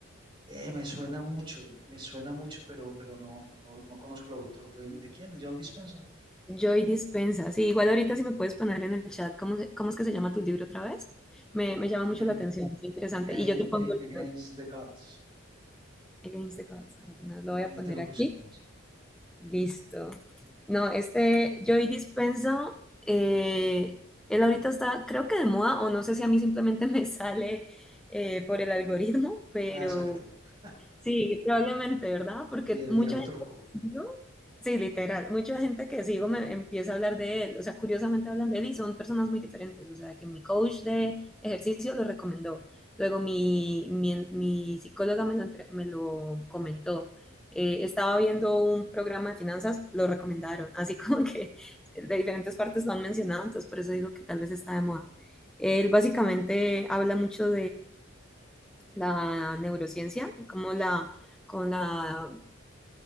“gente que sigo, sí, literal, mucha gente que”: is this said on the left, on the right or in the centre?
Centre